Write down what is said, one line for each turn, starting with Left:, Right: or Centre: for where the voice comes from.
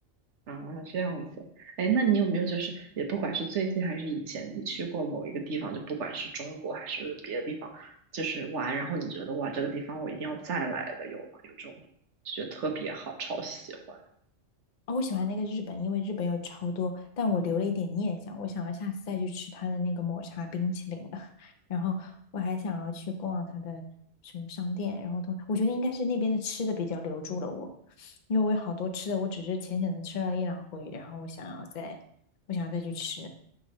Right: 啊，这样子。哎，那你有没有就是也不管是最近还是以前，你去过某一个地方，就不管是中国还是别的地方，就是玩，然后你觉得哇，这个地方我一定要再来的，有吗？有这种地方，就觉得特别好，超喜欢。
Left: 啊、我喜欢那个日本，因为日本有超多，但我留了一点念想，我想要下次再去吃它的那个抹茶冰淇淋了。<laughs> 然后我还想要去逛它的什么商店，然后同我觉得应该是那边的吃的比较留住了我，因为我有好多吃的，我只是浅浅的吃了一两回，然后我想要再，我想要再去吃。